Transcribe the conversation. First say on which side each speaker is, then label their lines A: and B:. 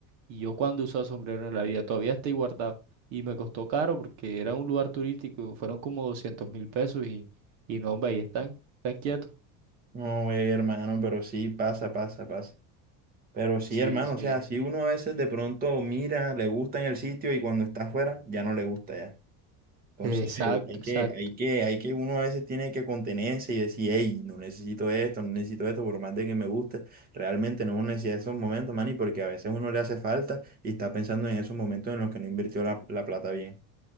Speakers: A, on the right; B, on the right.
A: Y yo cuando usaba sombrero en la vida, todavía estoy guardado. Y me costó caro porque era un lugar turístico, fueron como doscientos mil pesos y, y no, hombre, ahí están, están quietos.
B: No, güey, hermano, pero sí, pasa, pasa, pasa. Pero sí,
A: Sí,
B: hermano,
A: sí.
B: o sea, si uno a veces de pronto mira, le gusta en el sitio y cuando está afuera ya no le gusta ya. Entonces,
A: Exacto,
B: eh, hay
A: exacto.
B: que, hay que, hay que, uno a veces tiene que contenerse y decir, hey, no necesito esto, no necesito esto, por más de que me guste, realmente no necesita esos momentos, man, y porque a veces uno le hace falta y está pensando en esos momentos en los que no invirtió la, la plata bien.